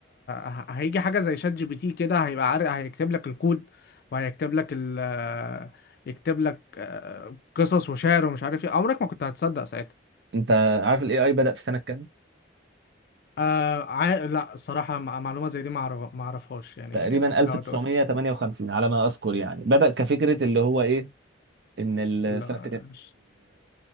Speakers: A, on the left; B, on the right.
A: ه- هيجي حاجة زي شات جي بي تي كده هيبقى عارف هيكتب لك الكود وهيكتب لك ال يكتب لك آه، قصص وشعر ومش عارف ايه عمرك ما كنت هتصدق ساعتها
B: انت عارف الاي اي بدأ في سنة كام
A: آه عا... لا الصراحة مع- معلومة زي دي ما أعرف- ما اعرفهاش يعني
B: تقريبا
A: لا
B: 1958
A: لا تقول
B: على ما اذكر يعني بدأ كفكرة اللي هو ايه ان السنة
A: لا، مش-